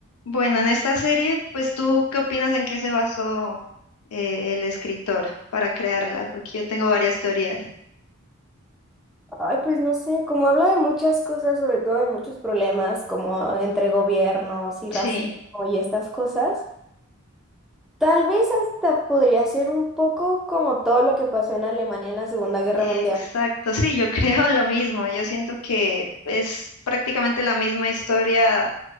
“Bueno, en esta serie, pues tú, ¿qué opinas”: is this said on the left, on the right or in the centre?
Left